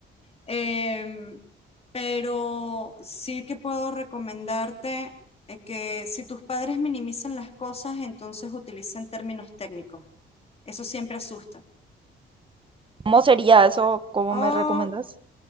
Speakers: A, on the left; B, on the right.
A: Em, pero sí que puedo recomendarte eh, que si tus padres minimizan las cosas, entonces utilicen términos técnicos. Eso siempre asusta.
B: ¿Cómo sería eso? ¿Cómo
A: Oh,
B: me recomendás?